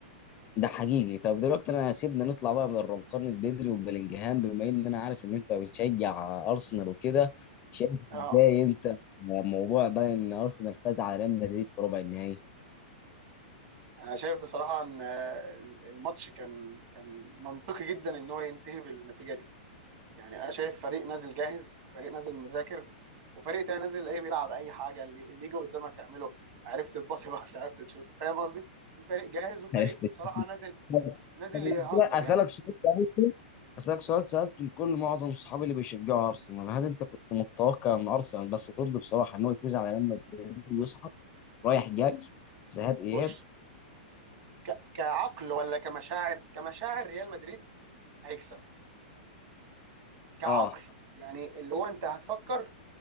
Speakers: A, on the left; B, on the right.
A: ده حقيقي طب دلوقتي انا سيبنا نطلع بقى من نقارنة بدري وبلينجهام بما ان انا عارف ان انت بتشجع ارسنال وكده شايف
B: اه
A: ازاي انت موضوع بقى ان ارسنال فاز على ريال مدريد في ربع النهائي
B: انا شايف بصراحه ان آه، الماتش كان كان منطقي جدا ان هو ينتهي بالنتيجه دي يعني انا شايف فريق نازل جاهز فريق نازل مذاكر وفريق تاني نازل ايه بيلعب اي حاجه اللي اللي يجي قدامك اعمله عرفت تباصي بس <laughs> عرفت تشوت فاهم قصدي في فريق جاهز وفريق
A: عرفت
B: بصراحه نازل
A: طب
B: نازل
A: طب
B: يهزر
A: أنا اسالك
B: يعني
A: سؤال اسالك سؤال سالته لكل معظم صحابي اللي بيشجعوا ارسنال هل انت كنت متوقع ان ارسنال بس ترد بصراحه ان هو يفوز على ريال مدريد ويصعد رايح جاي ذهاب
B: بص
A: اياب
B: ك... كعقل ولا كمشاعر كمشاعر ريال مدريد هيكسب كعقل
A: اه
B: يعني اللي هو انت هتفكر